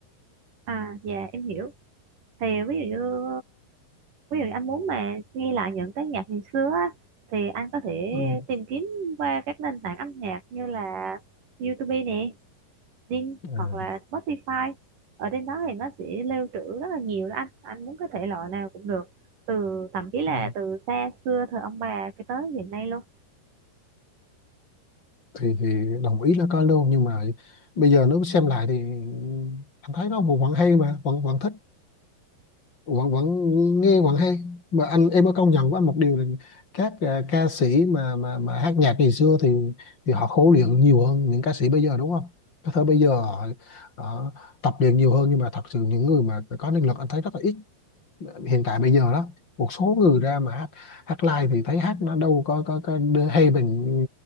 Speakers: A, on the right; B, on the left.
A: à dạ em hiểu thì ví dụ như ví dụ anh muốn mà nghe lại những cái nhạc ngày xưa á, thì anh có thể
B: ừ.
A: tìm kiếm qua các nền tảng âm nhạc như là YouTube nè Zing
B: Ừ.
A: hoặc là Spotify ở trên đó thì nó sẽ lưu trữ rất là nhiều đó anh anh muốn cái thể loại nào cũng được từ thậm chí là
B: Ừ.
A: từ xa xưa thời ông bà cái tới hiện nay luôn
B: thì thì đồng ý là có luôn nhưng mà bây giờ nếu xem lại thì anh thấy nó vẫn vẫn hay mà vẫn vẫn thích vẫn vẫn nghe vẫn hay mà anh em có công nhận với anh một điều là các à, ca sĩ mà mà mà hát nhạc ngày xưa thì thì họ khổ luyện nhiều hơn những ca sĩ bây giờ đúng không có thể bây giờ họ, họ tập luyện nhiều hơn nhưng mà thật sự những người mà có năng lực anh thấy rất là ít hiện tại bây giờ đó một số người ra mà hát, hát live thì thấy hát nó đâu có có, có đ- hay bằng